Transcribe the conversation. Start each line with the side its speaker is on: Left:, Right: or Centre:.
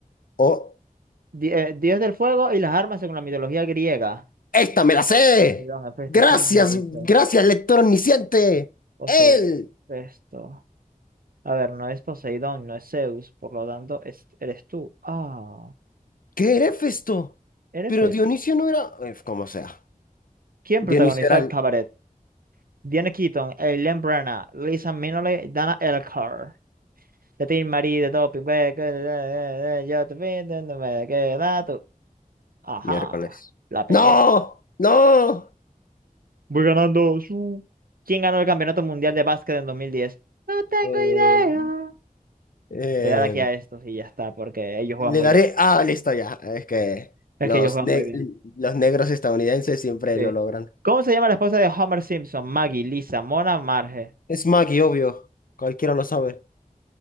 Left: O,
Right: Di- eh, Dios del fuego y las armas según la mitología griega.
Left: esta me la sé.
Right: Poseidón, Hefesto,
Left: Gracias,
Right: eso es Dioniso.
Left: gracias, lector omnisciente.
Right: Poseidón,
Left: Él.
Right: Hefesto. A ver, no es Poseidón, no es Zeus, por lo tanto, es- eres tú. Ah,
Left: ¿Qué era Festo?
Right: eres
Left: Pero
Right: Hefesto.
Left: Dionisio no era... eh, Como sea.
Right: ¿Quién
Left: Dionisio
Right: protagonizó
Left: era
Right: el
Left: el
Right: cabaret? Diane Keaton, Eileen Brenna, Lisa Minnelli, Dana Elcar. De ti, Marie, de Doping, güey, que- de- de- de- de- yo te pido, no me queda tú. Ajá,
Left: miércoles.
Right: la pegué.
Left: ¡No! ¡No!
Right: Voy ganando su. ¿Quién ganó el Campeonato Mundial de Básquet en 2010? No tengo
Left: Eh,
Right: idea.
Left: eh,
Right: Le voy a dar aquí a estos y ya está, porque ellos juegan
Left: le
Right: muy
Left: daré.
Right: bien.
Left: Ah, listo ya. Es que
Right: Es
Left: los,
Right: que ellos juegan
Left: ne-
Right: muy bien.
Left: los negros estadounidenses siempre
Right: Sí.
Left: lo logran.
Right: ¿Cómo se llama la esposa de Homer Simpson? Maggie, Lisa, Mona, Marge.
Left: Es Maggie, obvio. Cualquiera lo sabe.